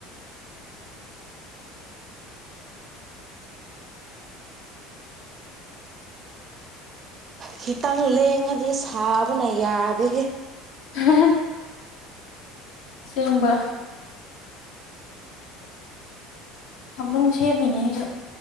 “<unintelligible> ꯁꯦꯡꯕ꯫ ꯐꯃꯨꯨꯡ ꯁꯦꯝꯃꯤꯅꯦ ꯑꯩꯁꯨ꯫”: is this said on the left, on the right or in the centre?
Left